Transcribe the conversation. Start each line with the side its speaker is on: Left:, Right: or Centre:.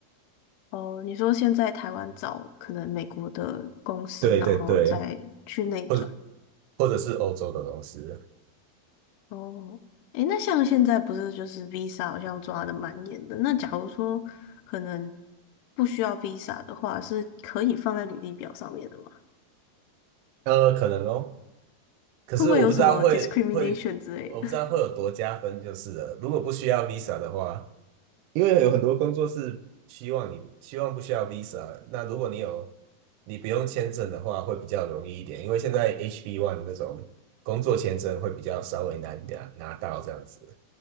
Left: 哦？你说现在台湾找可能美国的公司，
Right: 对对对，
Left: 然后再去内转。
Right: 或者或者是欧洲的公司，
Left: 哦，诶，那像现在不是就是 Visa 好像抓的蛮严的，那假如说可能不需要 Visa 的话，是可以放在履历表上面的吗？
Right: 呃，可能哦。可是我不知道会会，
Left: 会不会有什么 discrimination 之类的？
Right: 我不知道会有多加分，就是了。如果不需要 Visa 的话，因为有很多工作是希望你希望不需要 visa，那如果你有你不用签证的话，会比较容易一点，因为现在 h b one 那种工作签证会比较稍微难点拿到这样子。